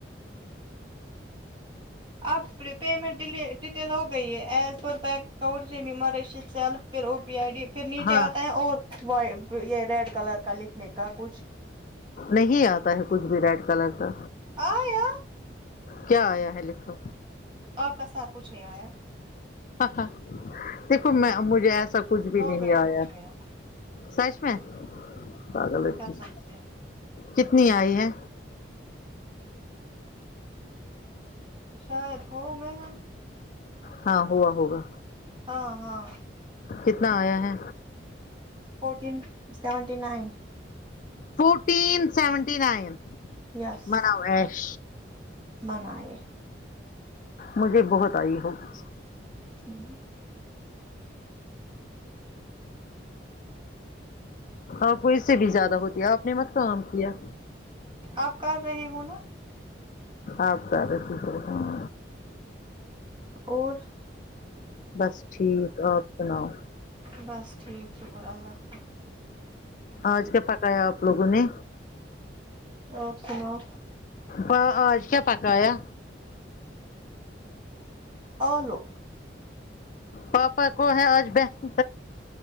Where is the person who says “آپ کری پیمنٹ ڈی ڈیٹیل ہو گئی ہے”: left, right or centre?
Right